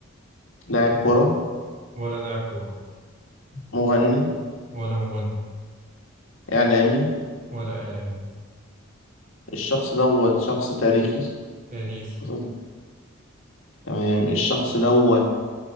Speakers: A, on the left; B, on the right.
A: لاعب كرة
B: ولا لاعب كوره
A: مغني
B: ولا مغني
A: إعلامي
B: ولا اعلامي
A: الشخص دوت شخص تاريخي
B: تاريخي
A: شخص... تمام الشخص دوت